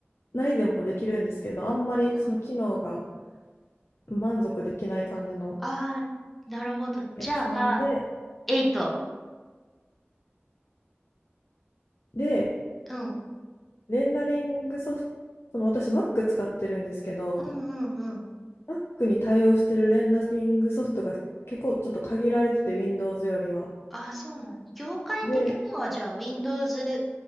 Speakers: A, on the left; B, in the centre.
A: 内でもできるんですけど、あんまりその機能が
B: うん。
A: 満足できない感じの
B: ああ、なるほど。
A: やつなんで、
B: じゃあ、8。
A: で、
B: うん。
A: レンダリングソフト、その私 Mac 使ってるんですけど、
B: うんうんうん。
A: Mac に対応してるレンダリングソフトが結構ちょっと限られてて、Windows よりは。
B: ああ、そうなの。業界的にはじゃあ
A: で、
B: Windows